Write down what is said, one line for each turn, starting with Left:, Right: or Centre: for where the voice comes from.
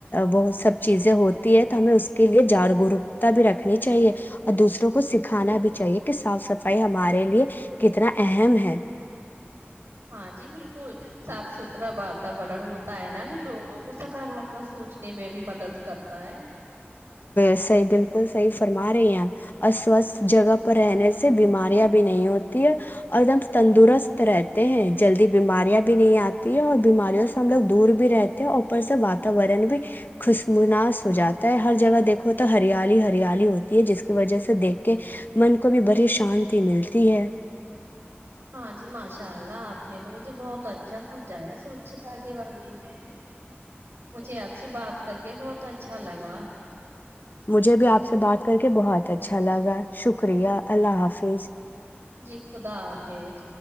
Left: وہ سب چیزیں ہوتی ہے تو ہمیں اس کے لیے جاگروکتا بھی رکھنی چاہیے اور دوسروں کو سکھانا بھی چاہیے کہ صاف صفائی ہمارے لیے کتنا اہم ہے
Right: ہاں جی بالکل صاف ستھرا واتورن ہوتا ہے نا جو لوگوں کو سکار میں سوچنے میں بھی مدد کرتا ہے
Left: صحیح بالکل صحیح فرما رہی ہیں اوروستھ جگہ پر رہنے سے بیماریاں بھی نہیں ہوتی ہے اور دم تندرست رہتے ہیں جلدی بیماریاں بھی نہیں آتی ہے اور بیماریوں سے ہم لوگ دور بھی رہتے ہیں اور اوپر سے واتاورن بھی خوش مناس ہو جاتا ہے ہر جگہ دیکھو تو ہریالی ہریالی ہوتی ہے جس کی وجہ سے دیکھ کے من کو بھی بڑی شانتی ملتی ہے
Right: ہاں جی ماشاء اللہ آپ نے تو مجھے بہت اچھا سمجھایا سوچھتا کے بارے میں مجھے آپ سے بات کر کے بہت اچھا لگا
Left: مجھے بھی آپ سے بات کر کے بہت اچھا لگا شکریہ اللہ حافظ
Right: جی خدا حافظ